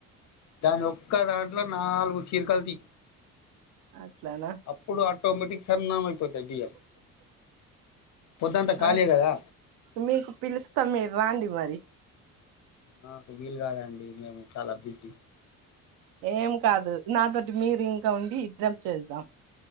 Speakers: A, on the left; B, on the right.
A: దాని ఒక్క దాంట్లో నాలుగు చీరికలు తీ
B: అట్లనా
A: అప్పుడు ఆటోమేటిక్ సన్నం అయిపోతాయి బియ్యం పొద్దుంతా ఖాళీ
B: ఆ
A: కదా
B: మీకు పిలుస్తా మీరు రండి మరి
A: నాకు వీలు కాదండి మేము చాలా బిజీ
B: ఏం కాదు నాతోటి మీరు ఇంకా ఉండి ఇద్దరు చేద్దాం